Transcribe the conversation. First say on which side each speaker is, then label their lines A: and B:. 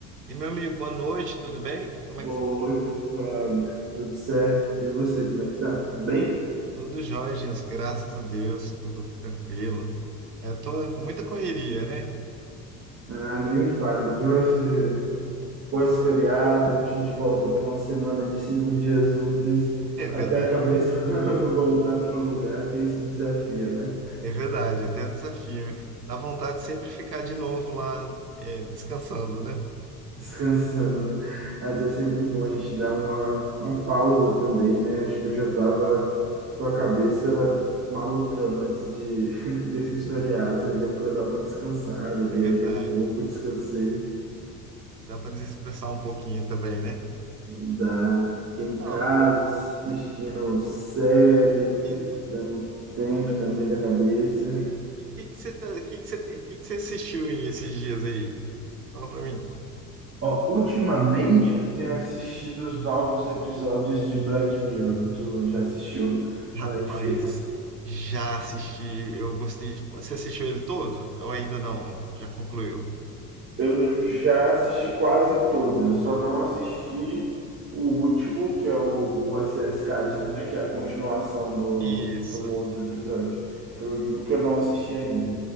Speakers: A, on the right; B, on the right.
A: E meu amigo, boa noite, tudo bem? Como
B: Oi,
A: é que você tá?
B: Fábio, tudo certo? E você, como é que tá? Tudo bem?
A: Tudo jóia, Jesus, graças a Deus, tudo tranquilo. É, tô muita correria, né?
B: Ah, nem me fale, depois Esse pós-feriado, a gente volta para uma semana de cinco dias úteis
A: É
B: até
A: verdade,
B: a cabeça <laughs> voltar para o lugar, tem esse desafio, né?
A: é verdade, até um desafio. Dá vontade de sempre ficar de novo lá, é, descansando, né?
B: Descansando, né? Mas é sempre bom a gente dar uma, uma pausa também, né? Acho que eu já tava com a cabeça malucando antes de, <laughs> desses feriados, aí deu para dar uma descansada, viajei
A: É verdade.
B: um pouco, descansei.
A: Dá para desestressar um pouquinho também, né?
B: Dá. Fiquei
A: Então,
B: em casa, assistindo série,
A: e
B: dando tempo também da cabeça.
A: o que que você tá- que que você tem, que que você assistiu aí esses dias aí? Fala pra mim.
B: Ó, ultimamente eu tenho assistido os novos episódios de Black Mirror. Tu já assistiu
A: Rapaz,
B: na Netflix?
A: já assisti, eu gostei de. Você assistiu ele todo? Ou ainda não? Já concluiu?
B: Eu já assisti quase todo, eu só não assisti o último, que é o, o S S Callister, né? Que é a continuação do,
A: Isso,
B: de um outro episódio. Foi o único que eu não assisti ainda.